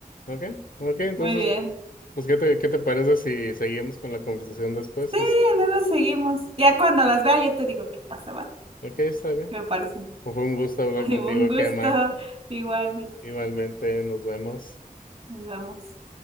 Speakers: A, on the left; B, on the right.
A: ok, ok. Entonces,
B: Muy bien.
A: pues, ¿qué te, qué te parece si seguimos con la conversación después?
B: Sí,
A: Es,
B: luego seguimos. Ya cuando las vea yo te digo qué pasa, ¿vale?
A: ok, está bien.
B: ¿Qué me parecen?
A: Pues fue un gusto hablar
B: <laughs>
A: contigo,
B: Un gusto.
A: Gemma,
B: Igualmente.
A: Igualmente, nos vemos.
B: Nos vemos.